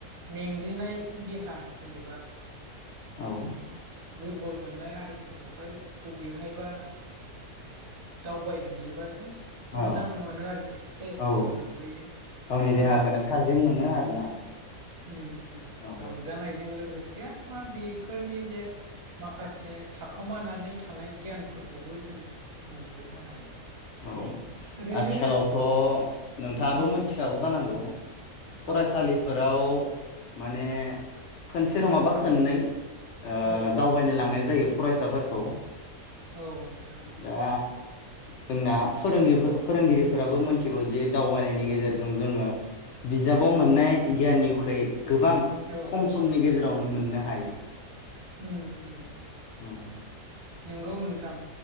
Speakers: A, on the right; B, on the left.
A: मेंग्लिनाय देहा जेनेबा
B: औ
A: दुरबल मोननाय आरिफोरखौहाय बबेवहायबा दावबायहैयोबा जों
B: औ
A: मोजां मोनो आरोखि फ्रेसबो
B: औ
A: मोनबोयो नङा
B: गावनि देहाखौनो
A: होमबा नोंथां
B: थाजिम मोनो आरोना
A: उम उम
B: औ
A: रंजानायजों लोगोसे दे मा बेफोरनि जे माखासे थाखोमानानै थानाय गियानफोरखौबो जों मोनबोनो हायो
B: औ
A: ओरैनो
B: आथिखालावथ नोंथाङाबो
A: उम
B: मोथिखागौ जानांगौ फरायसालिफोराव
A: औ
B: माने खोनसे नङाबा खोननै ओ
A: औ औ
B: दावबायनो लांनाय जायो फरायसाफोरखौ
A: औ नोंथां ओं
B: दा जोंना फोरोंगिफो-फोरोंगिरिफोराबो मिथिगौ जे दावबायनायनि गेजेरजों जोङो बिजाबाव मोननाय गियाननिख्रुइ गोबां
A: औ
B: खम समनि गेजे रावनो मोननो हायो
A: ओम ओम
B: औ
A: नोंगौ नोंथां